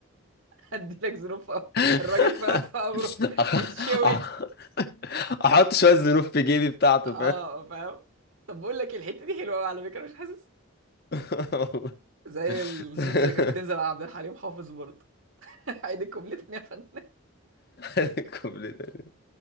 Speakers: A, on the right; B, on the left.
A: هديلك ذنوب في قبره.
B: <laughs>
A: الراجل فاهم في قبره
B: أح-
A: <laughs> بيتشوي
B: أح- احط شوية زنوف في جيبي بتاعته
A: اه فاهم طب بقول لك إيه، الحتة دي حلوة قوي على فكرة مش حاسس
B: فاهم <laughs>
A: زي الميمز اللي كانت بتنزل
B: <laughs>
A: على عبد الحليم حافظ برضه <laughs> عيد الكوبليه تاني يا فنان
B: الكوبليه ده.